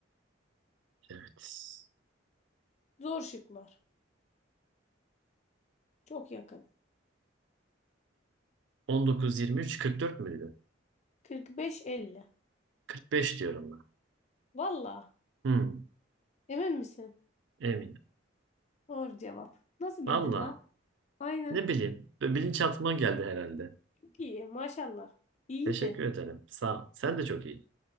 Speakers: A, on the right (about 65°); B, on the left (about 35°).
A: Evet.
B: Zor şıklar. Çok yakın.
A: 19, 23, 44 müydü?
B: 45, 50.
A: 45 diyorum ben.
B: Valla.
A: Hı.
B: Emin misin?
A: Eminim.
B: Doğru cevap. Nasıl
A: Valla.
B: bildin lan? Aynen.
A: Ne bileyim. Böyle Bilinçaltıma geldi herhalde.
B: Çok iyi maşallah. İyiydin.
A: Teşekkür ederim. Sağ ol. Sen de çok iyiydin.